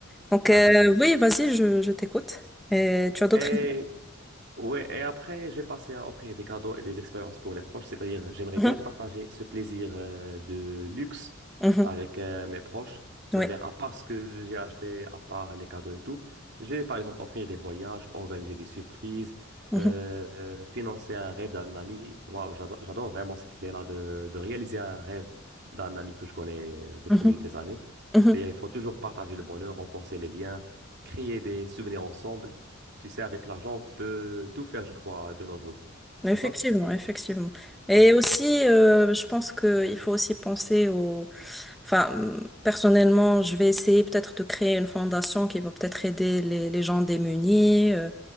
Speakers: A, in the centre; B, on the right.
A: Donc,
B: Ah,
A: euh,
B: d'accord.
A: oui, vas-y, je, je t'écoute. Et tu as d'autres
B: Et
A: idées?
B: Oui, et après, j'ai passé à offrir des cadeaux et des expériences pour les proches, c'est-à-dire j'aimerais
A: Mhm,
B: bien partager ce plaisir euh, de luxe
A: mhm,
B: avec euh, mes proches, c'est-à-dire
A: oui.
B: à part ce que j'ai acheté, à part les cadeaux et tout, je vais par exemple offrir des voyages, organiser des surprises,
A: mhm,
B: euh, euh, financer un rêve d'un ami. Waouh, j'ado- j'adore vraiment cette idée-là de, de réaliser un rêve d'un ami que je connais euh, depuis
A: mhm,
B: des années.
A: mhm.
B: C'est-à-dire il faut toujours partager le bonheur, renforcer les liens, créer des souvenirs ensemble. Tu sais, avec l'argent, on peut tout faire, je crois, de nos jours.
A: Effectivement,
B: C'est ça?
A: effectivement. Et
B: Ouais.
A: aussi, euh, je pense que il faut aussi penser au... Enfin, hum, personnellement, je vais essayer peut-être de créer une fondation qui va peut-être aider les, les gens démunis. euh,